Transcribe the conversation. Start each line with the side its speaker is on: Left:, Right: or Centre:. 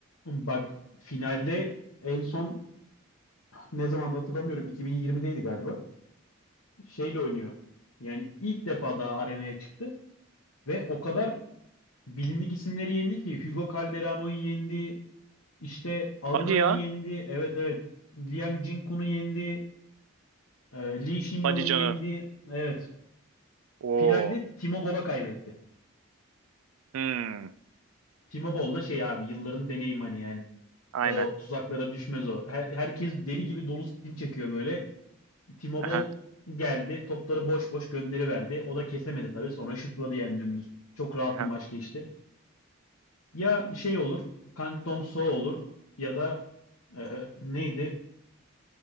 Left: bak finalde en son ne zaman hatırlamıyorum 2020'deydi galiba. Şeyle oynuyor. Yani ilk defa daha arenaya çıktı ve o kadar bilindik isimleri yendi ki Hugo Calderano'yu yendi, işte Aruna'yı
Right: Hadi ya.
Left: yendi. Evet evet. Liang Jingkun'u yendi. e, Lee Shindon'u
Right: Hadi canım.
Left: yendi. Evet.
Right: Oo.
Left: Finalde Timo Boll'a kaybetti.
Right: Hmm.
Left: Timo Boll'la şey abi yılların deneyim hani yani.
Right: Aynen.
Left: O tuzaklara düşmez o. Her- herkes deli gibi dolu spin çekiyor böyle. Timo
Right: Aha.
Left: Boll geldi topları boş boş gönderiverdi. O da kesemedi tabii sonra şutladı yani dümdüz. Çok rahat
Right: Aha.
Left: bir maç geçti. Ya şey olur Kang Dong-soo olur ya da e, neydi